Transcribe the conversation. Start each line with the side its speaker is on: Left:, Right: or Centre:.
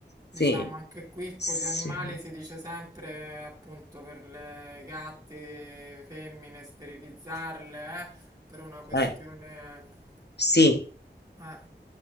Right: diciamo
Left: sì,
Right: anche qui con
Left: sì.
Right: gli animali si dice sempre eh, appunto per le gatti, femmine, sterilizzarle, eh, per una questione...
Left: Eh, sì.
Right: Eh,